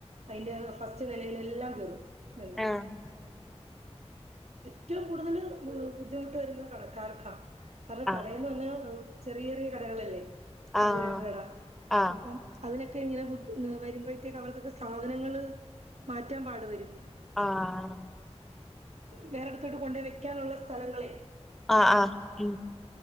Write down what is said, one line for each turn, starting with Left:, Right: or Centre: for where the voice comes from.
Right: അതിന്റെ ഫസ്റ്റ് നിലയിലെല്ലാം കേറും വെള്ളം
Centre: ആഹ്
Right: ഏറ്റവും കൂടുതൽ ബുദ്ധിമുട്ട് വരുന്നത് കടക്കാർക്കാ കാരണം
Centre: ആഹ്
Right: കടെന്ന് പറഞ്ഞാ ചെറിയറിയ കടകളല്ലേ
Centre: ആഹ്
Right: പലചരക് കടഅപ്പം
Centre: ആഹ്
Right: അതിനെ ഇങ്ങനെ വരുമ്പോഴത്തേക്ക് അവർക്കൊക്കെ സാധനങ്ങൾ മാറ്റാൻ പാടു വരും
Centre: ആഹ്
Right: വേറെടുത്തോട്ട് കൊണ്ട് വെക്കാനുള്ള സ്ഥലങ്ങളെ
Centre: ആ ആ ഉ